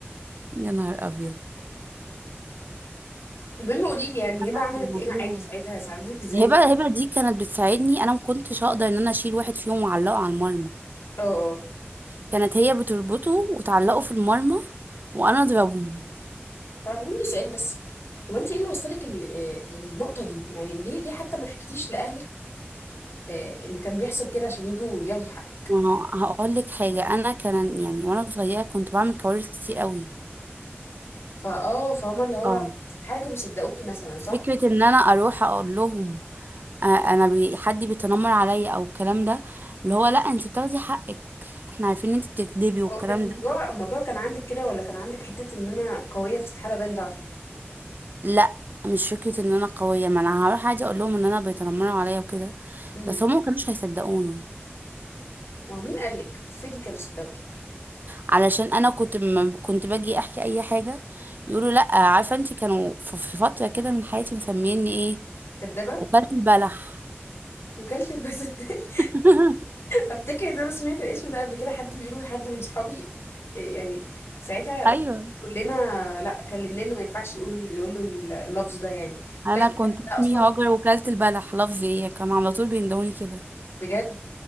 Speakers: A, on the right (about 45°); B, on the left (about 65°).
A: يا نهار ابيض
B: المهم قولي لي يعني هبه
A: لا
B: عملت
A: الموضوع
B: ايه معاكي ساعتها ساعدتك ازاي
A: هبه هبه دي كانت بتساعدني انا ما كنتش هقدر ان انا اشيل واحد فيهم واعلقه على المرمى
B: اه اه
A: كانت هي بتربطه وتعلقه في المرمى وانا اضربه
B: طبعا عندي سؤال بس هو انت ايه اللي وصلك ال- آه، للنقطة دي يعني ليه ليه حتى ما حكيتيش لأهلك آه، ان كان بيحصل كده عشان يجوا ياخدوا حقك
A: ما هو هقول لك حاجة أنا كان يعني وأنا صغيرة كنت بعمل كوارث كتير قوي
B: فاه فهم اللي هو
A: اه
B: حاجة كانوا صدقوكي مثلا صح
A: فكرة إن أنا أروح أقول لهم آه، أنا بي حد بيتنمر عليا أو الكلام ده اللي هو لأ أنت بتاخدي حقك إحنا عارفين إن أنت بتكذبي والكلام
B: هو كان الموضوع
A: ده
B: الموضوع كان عندك كده ولا كان عندك حتة ان انا قوية في استحالة باين ضعفي
A: لأ مش فكرة إن أنا قوية ما أنا هروح عادي أقول لهم إن أنا بيتنمروا عليا وكده
B: امم
A: بس هم مكانوش هيصدقوني
B: ما هو مين قالك فيدي كانوا صدقوكي
A: علشان أنا كنت م... كنت باجي أحكي أي حاجة يقولوا لأ عارفة أنت كانوا في في فترة كده من حياتي مسميني إيه
B: كدابة
A: وكالة البلح
B: وكالة البساتين <laughs>
A: <laughs>
B: افتكر ان انا سمعت الاسم ده قبل كده حد بيقوله لحد من صحابي يعني ساعتها
A: ايوه
B: كلنا لا كلمناه انه ما ينفعش يقولوا يقولوا اللفظ ده يعني
A: انا
B: وكالة
A: كنت
B: البنات
A: اسمي
B: ده اصلا
A: هاجر وكلت البلح لفظي ايه كان على طول بيندوني كده
B: بجد